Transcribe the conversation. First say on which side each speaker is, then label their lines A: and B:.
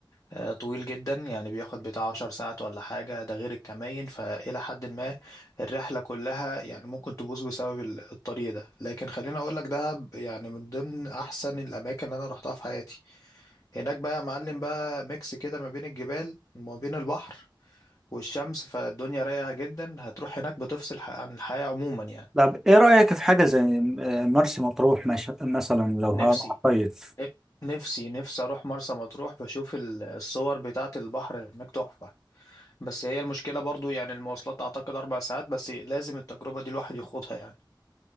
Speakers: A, on the left; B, in the centre.
A: آه، طويل جدا يعني بياخد بتاع عشر ساعات ولا حاجة ده غير الكماين فإلى حد ما الرحلة كلها يعني ممكن تبوظ بسبب ال- الطريق ده لكن خليني أقولك ده ب- يعني من ضمن أحسن الأماكن اللي أنا روحتها في حياتي هناك بقى يا معلم بقى ميكس كده ما بين الجبال وما بين البحر والشمس فالدنيا رايقة جدا هتروح هناك بتفصل ح- عن الحياة عموما يعني
B: طب ايه رأيك في حاجة زي آه، مرسي مطروح مش- مثلا لو
A: نفسي
B: هصيف
A: نفسي نفسي أروح مرسى مطروح بشوف ال- الصور بتاعة البحر هناك تحفة بس هي المشكلة برضو يعني المواصلات أعتقد أربع ساعات بس لازم التجربة دي الواحد يخوضها يعني